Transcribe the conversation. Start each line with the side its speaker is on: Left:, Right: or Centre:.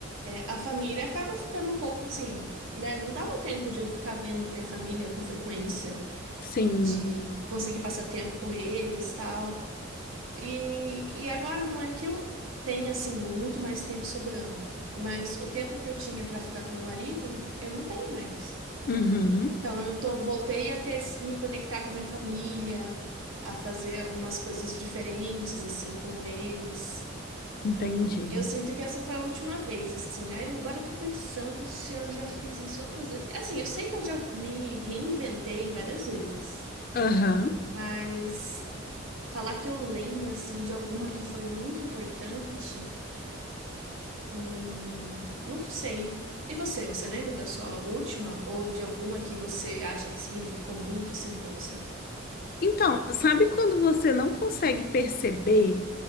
Right: A família acaba ficando um pouco assim, né? Não dava tempo de eu ficar vendo minha família com frequência,
Left: sim.
Right: de conseguir passar tempo com eles, tal. E, e agora não é que eu tenha assim muito mais tempo sobrando, mas o tempo que eu tinha para ficar com meu marido, eu não tenho mais.
Left: Uhum,
Right: Então eu tô, voltei a ter, me conectar com a minha família, a fazer algumas coisas diferentes assim com eles.
Left: entendi.
Right: E eu sinto que essa foi a última vez, assim. Aí eu agora tô pensando se eu já fiz isso outras vezes. É Assim, eu sei que eu já me reinventei várias vezes,
Left: Aham.
Right: mas falar que eu lembro, assim, de alguma que foi muito importante, hum, não sei. E você, você lembra da sua última ou de alguma que você acha que significou muito, assim, pra você?
Left: Então, sabe quando você não consegue perceber